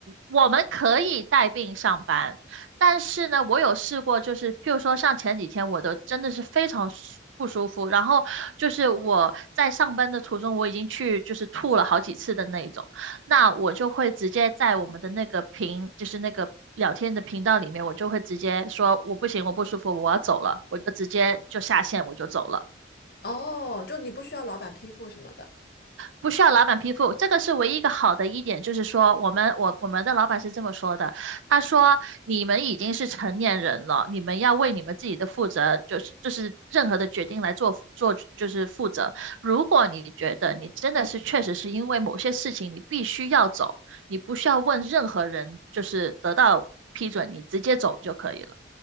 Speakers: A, on the right; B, on the left.
A: 我们可以带病上班，但是呢，我有试过，就是譬如说像前几天，我都真的是非常舒不舒服，然后就是我在上班的途中，我已经去就是吐了好几次的那种，那我就会直接在我们的那个频，就是那个聊天的频道里面，我就会直接说我不行，我不舒服，我要走了，我就直接就下线，我就走了。
B: 哦，就你不需要老板批复什么的。
A: 不需要老板批复，这个是唯一一个好的一点，就是说我们我我们的老板是这么说的，他说你们已经是成年人了，你们要为你们自己的负责，就是就是任何的决定来做做就是负责。如果你觉得你真的是确实是因为某些事情你必须要走，你不需要问任何人，就是得到批准，你直接走就可以了。